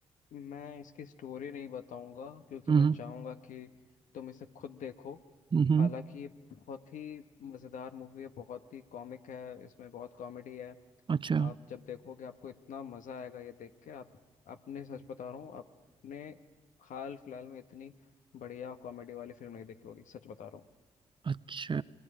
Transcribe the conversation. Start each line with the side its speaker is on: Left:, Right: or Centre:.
Left: मैं इसकी स्टोरी नहीं बताऊंगा क्योंकि
Right: हम्म
Left: मैं चाहूंगा कि तुम इसे खुद देखो
Right: हम्म हम्म,
Left: हालांकि ये बहुत ही मज़ेदार मूवी है बहुत ही कॉमिक है इसमें बहुत कॉमेडी है
Right: अच्छा
Left: आप जब देखोगे आपको इतना मजा आएगा ये देख के आप अपने सच बता रहा हूँ अपने हाल फिलहाल में इतनी बढ़िया कॉमेडी वाली फिल्म नहीं देखी होगी सच बता रहा हूँ
Right: अच्छा